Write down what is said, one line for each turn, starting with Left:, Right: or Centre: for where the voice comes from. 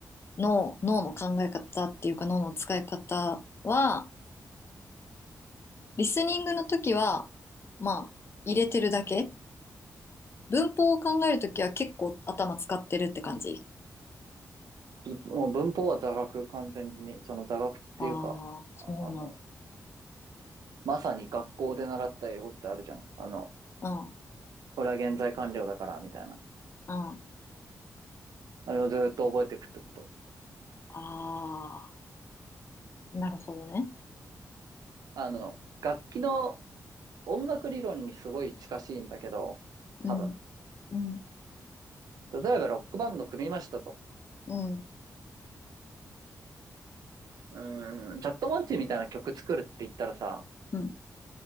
Left: の脳の考え方っていうか脳の使い方は、リスニングの時は、まあ、入れてるだけ。文法を考える時は結構頭使ってるって感じ。
Right: もう文法は座学、完全に。その座学っていうか、
Left: ああ、そうなんだ。
Right: あの、まさに学校で習った英語ってあるじゃん。あの、
Left: うん、
Right: これは現在完了だから、みたいな。
Left: うん。
Right: あれをずっと覚えていくってこと。
Left: ああ。なるほどね。
Right: あの、楽器の音楽理論にすごい近しいんだけど、
Left: うん、
Right: 多分。
Left: うん、
Right: 例えばロックバンド組みましたと。
Left: うん、
Right: うーん、チャットモンチーみたいな曲作るって言ったらさ、
Left: うん、